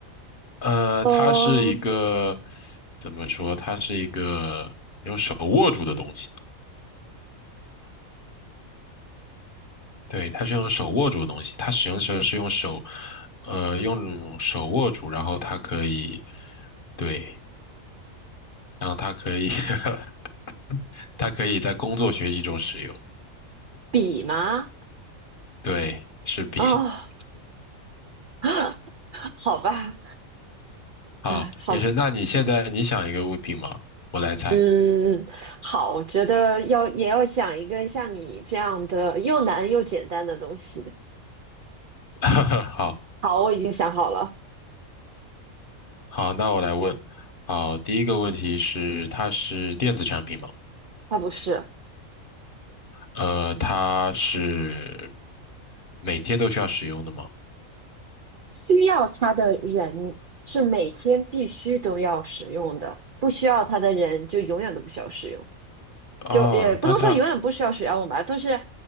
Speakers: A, on the left; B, on the right.
A: 呃，
B: 哦，
A: 它是一个怎么说？它是一个用手握住的东西。对，它是用手握住的东西。它使用的时候是用手，呃，用手握住，然后它可以，对，然后它可以，<laughs> 它可以在工作学习中使用。
B: 笔吗？
A: 对，是笔。
B: 哦，<laughs> 好吧，
A: 好，
B: 啊，好，
A: 没事。那你现在你想一个物品吗？我来猜。
B: 嗯，好，我觉得要也要想一个像你这样的又难又简单的东西。
A: <laughs> 好
B: 好，我已经想好了，
A: 好，那我来问。好，第一个问题是，它是电子产品吗？
B: 它不是。
A: 呃，它是每天都需要使用的吗？
B: 需要它的人是每天必须都要使用的，不需要它的人就永远都不需要使用，
A: 哦，
B: 就也不能说永远不需要使用吧，
A: 那它，
B: 都是，